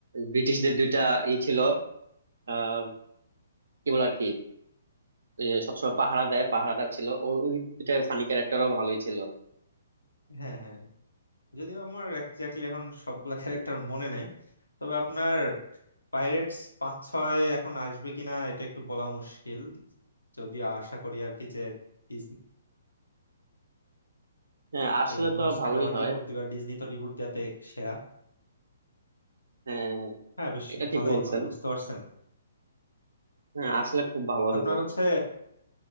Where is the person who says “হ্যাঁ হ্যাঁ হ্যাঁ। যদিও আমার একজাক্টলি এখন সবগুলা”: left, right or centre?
Left